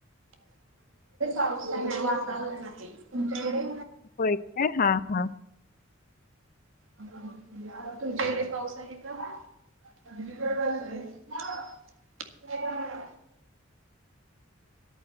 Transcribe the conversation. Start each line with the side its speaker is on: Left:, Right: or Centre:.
Right: पावसाचं वातावरण आहे तुमच्याकडे
Left: होय काय हा हा.
Right: तुमच्या इथे पाऊस आहे का? तुमच्याकडे ते का --